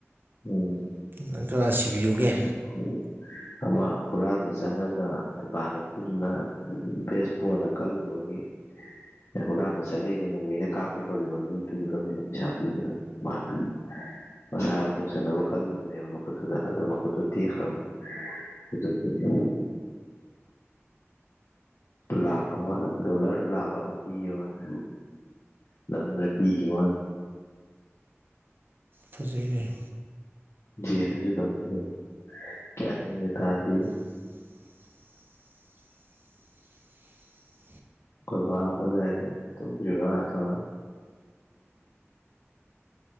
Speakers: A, on the left; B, on the right.
A: ꯎꯝ
B: ꯅꯪ ꯀꯥꯅ ꯁꯤꯕꯤꯌꯨꯒꯦ
A: <inaudible> ꯑꯃ ꯍꯨꯔꯥꯜꯕ ꯆꯪꯉꯒ ꯗꯨꯀꯥꯟ ꯃꯄꯨꯗꯨꯅ ꯕꯦꯁꯕꯣꯜꯅ ꯀꯜꯂꯨꯕꯒꯤ ꯍꯨꯔꯥꯟꯕ ꯆꯪꯉꯛꯏꯕ ꯅꯣꯡꯃꯩꯅ ꯀꯥꯞꯀꯦ ꯇꯧꯔꯤꯕ ꯃꯤꯗꯨꯕꯨꯗ ꯑꯣꯏꯅ ꯄꯩꯁꯥ ꯄꯤꯒꯗꯝꯅꯤ ꯃꯥꯅꯦ ꯃꯁꯥ ꯉꯥꯛꯊꯣꯛꯆꯅꯕ ꯀꯜꯂꯨꯕꯅꯦꯕ ꯃꯈꯨꯠꯇꯨꯗ ꯑꯗꯨ ꯃꯈꯨꯠꯇꯨ ꯇꯦꯛꯈ꯭ꯔꯕ ꯑꯗꯨ ꯕꯨꯗꯤ ꯂꯥꯈ ꯑꯃ ꯗꯣꯂꯔ ꯂꯥꯈ ꯑꯃ ꯄꯤꯌ‌ꯣꯅ ꯅꯝꯗ ꯄꯤꯒꯤ ꯕꯩ ꯋꯥ ꯅꯤ
B: ꯐꯖꯩꯅꯦ
A: ꯖꯦ ꯗꯁꯨ ꯊꯝꯃꯨꯔꯦ ꯒꯌ꯭ꯥꯟ ꯃꯦꯉꯥ ꯇꯥꯗꯦ ꯍꯦ
B: <inaudible>
A: ꯀꯣꯏꯕꯥ ꯀꯧꯕ ꯂꯒ ꯇꯗꯔꯤꯕꯥ ꯊ